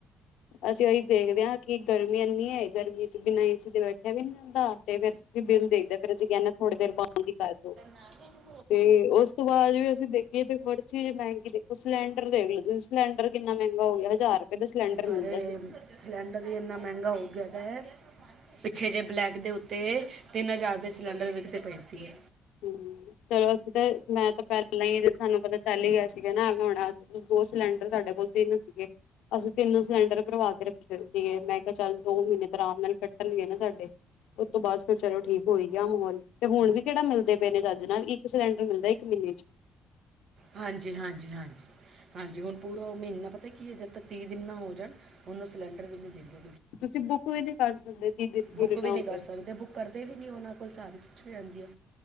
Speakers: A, on the left; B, on the right.
A: ਅਸੀਂ ਉਹੀ ਦੇਖਦੇ ਹਾਂ, ਕਿ ਗਰਮੀ ਇੰਨੀ ਹੈ ਗਰਮੀ ਬਿਨਾ ਏ ਸੀ ਦੇ ਬੈਠਿਆ ਵੀ ਨੀ ਜਾਂਦਾ, ਤੇ ਫੇਰ ਅਸੀ ਬਿੱਲ ਦੇਖਦੇ, ਫੇਰ ਅਸੀਂ ਕਹਿੰਦੇ ਥੋੜੀ ਦੇਰ ਬੰਦ ਹੀ ਕਰ ਦੋ।
B: ਹਾਂ।
A: ਤੇ ਉਸ ਤੋਂ ਬਾਅਦ ਵੀ, ਅਸੀਂ ਦੇਖੀਏ ਤੇ ਹੋਰ ਚੀਜ਼ ਮਹਿੰਗੀ ਦੇਖੋ, ਸਿਲੰਡਰ ਦੇਖ ਲ ਤੁਸੀਂ ਸਿਲੰਡਰ ਕਿੰਨਾ ਮਹਿੰਗਾ ਹੋ ਗਿਆ, ਹਜ਼ਾਰ ਰੁਪਏ ਦਾ ਸਿਲੰਡਰ
B: ਸਾਰੇ
A: ਮਿਲਦਾ ਜੀ
B: ਸਿਲੰਡਰ ਹੀ, ਇੰਨਾ ਮਹਿੰਗਾ ਹੋ ਗਿਆ ਹੈ ਪਿੱਛੇ ਜਿਹੇ ਬਲੈਕ ਦੇ ਉੱਤੇ, ਤਿੰਨ ਹਜ਼ਾਰ ਦੇ ਸਿਲੰਡਰ ਵਿਕਦੇ ਪਏ ਸੀਗੇ।
A: ਹਮ। ਚਲੋ ਅਸੀਂ ਤੇ, ਮੈਂ ਤਾਂ ਪਹਿਲਾਂ ਹੀ ਜ ਤੁਹਾਨੂੰ ਪਤਾ ਚੱਲ ਹੀ ਗਿਆ ਸੀਗਾ ਨਾ, ਹੁਣ ਦੋ ਸਿਲੰਡਰ ਸਾਡੇ ਕੋਲ ਤਿੰਨ ਸੀਗੇ ਅਸੀਂ ਤਿੰਨ ਸਿਲੰਡਰ ਭਰਵਾ ਕੇ ਰੱਖੇ ਹੋਏ ਸੀਗੇ, ਮੈਂ ਕਿਹਾ ਚੱਲ ਦੋ ਮਹੀਨੇ ਤੋਂ ਆਰਾਮ ਨਾਲ ਕੱਟਣਗੇ ਨਾ ਸਾਡੇ ਉਸ ਤੋਂ ਬਾਅਦ ਫਿਰ ਚਲੋ, ਠੀਕ ਹੋਈ ਗਿਆ ਮਾਹੌਲ ਤੇ ਹੁਣ ਵੀ ਕਿਹੜਾ ਮਿਲਦਾ ਦੇ ਪਏ ਨੇ ਚੱਜ ਨਾਲ, ਇੱਕ ਸਿਲੰਰ ਮਿਲਦਾ ਇੱਕ ਮਹੀਨੇ 'ਚ।
B: ਹਾਂਜੀ, ਹਾਂਜੀ, ਹਾਂਜੀ। ਹਾਂਜੀ, ਹੁਣ ਪੂਰਾ ਉਹ ਮਹੀਨਾ ਪਤਾ ਕੀ ਹੈ, ਜਦ ਤੱਕ ਤੀਹ ਦਿਨ ਨਾ ਹੋ ਜਾਣ, ਹੁਣ ਓ ਸਿਲੰਡਰ ਵੀ ਨਹੀਂ ਦੇਂਦੇ।
A: ਤੁਸੀਂ ਬੁੱਕ ਵੀ ਨਹੀਂ ਕਰ ਸਕਦੇ, ਤੀਹ ਦਿਨ ਪੂਰੇ
B: ਬੁੱਕ
A: ਨਾ
B: ਵੀ ਨਹੀਂ
A: ਹੋਣ
B: ਕਰ
A: ਤੇ
B: ਸਕਦੇ ਬੁੱਕ ਕਰਦੇ ਵੀ ਨਹੀਂ, ਉਹਨਾਂ ਕੋਲ ਸਾਰੀ ਹਿਸਟਰੀ ਰਹਿੰਦੀ ਆ।